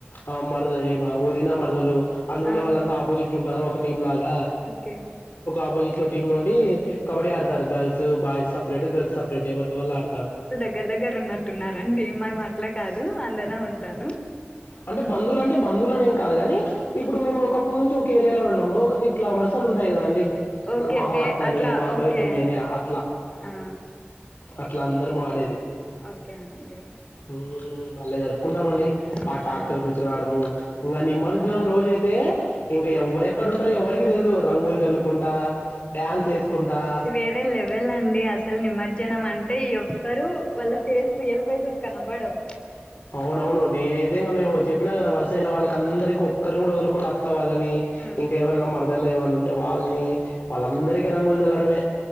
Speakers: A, on the left; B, on the left.
A: ఆ మర్ ద ఇమా వదిన మరదలు అట్ల ఉండే
B: ఆ
A: వాళ్ళంతా ఆపోజిట్ టారు ఒక టీం లాగా
B: ఓకే
A: ఆపోజిట్ లో టీమ్ లో ఉండీ కబడ్ ఆడ్తారు girls boys separate girls separate ఎవర్ది వాళ్ళు ఆడ్తారు
B: దెగ్గర్ దెగ్గర ఉన్నట్టున్నారండి మేము అట్లా కాదు అందరం ఉంటారు
A: అంటే బంధువులు అంటే బంధువులు అనేంకాదు గానీ ఇప్పుడు మేము
B: ఉమ్
A: ఒక అప్పు నుంచి ఒక ఏరియాలోనే ఉన్నాము ఇట్లా వర్సలు ఉంటయి కద అండి ఇప్పుడు
B: ఓకే
A: మామ
B: పే
A: అత్త అని
B: అట్లా
A: బాబాయ్
B: ఓకే
A: పిన్ని అని అట్లా
B: ఆ
A: అట్లా అందరం ఆడేది
B: ఓకే అండి
A: ఊమ్ బాలే జరుప్ కుంటాంమండి ఆ
B: ఉమ్
A: టాక్టర్ పిల్చకురాడము ఇంగ నిమజ్జనం రోజ అయితే ఇంకా ఎవ్వరె ఎక్కడంటారు ఎవార్కి తెల్దు రంగులు జల్లుకుంటా డ్యాన్స్ ఎస్కుంటా
B: ఎవేల్ లేవల్అండి అసలు నిమజ్జనం అంటే ఎవ్వారు వాళ్ళ ఫేస్ రియల్ పేసెస్ కనబడవు
A: అవునవును నేనైతే ఇంగ మేము చెప్పినా గదా వర్సైన వాళ్ళకి అందర్క ఒక్కరిని గూడా ఒదలకుండా అత్తవాళ్ళని
B: ఉమ్
A: ఇంకా ఎవరైనా మర్దల్ అయ్యే వాళ్ళు ఉంటే వాల్నీ వాళ్ళందరికీ రంగులు జల్లడమే